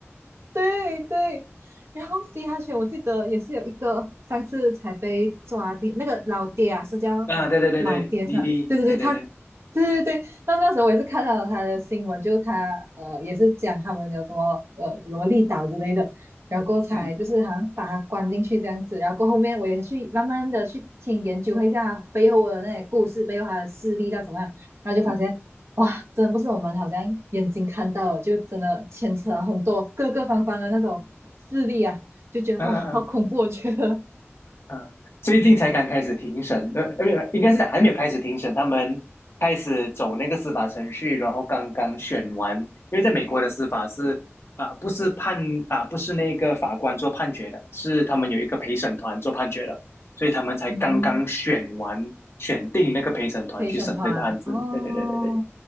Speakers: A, on the right; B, on the left.
A: 对对，然后嘻哈圈我记得也是有一个上次才被抓进那个老爹啊，是叫什么老爹是吧？
B: 啊，对对对对，滴滴，
A: 对对对，
B: 对对对，
A: 他对对对，那那时候我也是看到他的新闻，就他呃也是讲他们有什么呃萝莉岛之类的，然后过后才就是好像把他关进去这样子，
B: 嗯。
A: 然后过后后面我也去慢慢的去听研究一下他背后的那些故事，背后他的事例到怎么样，然后就发现哇，
B: 嗯
A: 真的不是我们好像眼睛看到了，就真的牵扯了很多各个方方的那种势力啊，就觉得哇，
B: 嗯嗯嗯
A: 好恐怖！我觉得，
B: 嗯，最近才刚开始庭审的，呃，呃没有，应该是讲还没有开始庭审，他们开始走那个司法程序，然后刚刚选完，因为在美国的司法是啊、不是判啊、不是那个法官做判决的，是他们有一个陪审团做判决的，所以他们才刚刚选完，
A: 嗯，
B: 选定那个陪审团去审这个案子。
A: 陪审团哦，
B: 对对对对对，